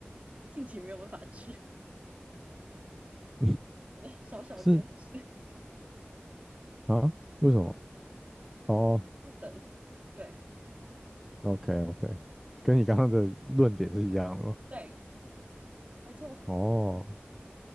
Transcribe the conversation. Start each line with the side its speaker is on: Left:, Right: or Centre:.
Right: 我近期没有办法去，
Centre: <laughs>
Right: <laughs> 小小坚持
Centre: 是啊？为什么？哦
Right: 要等。对
Centre: ，OK OK，跟你刚刚的论点是一样的吗？
Right: 对，没错。
Centre: 哦。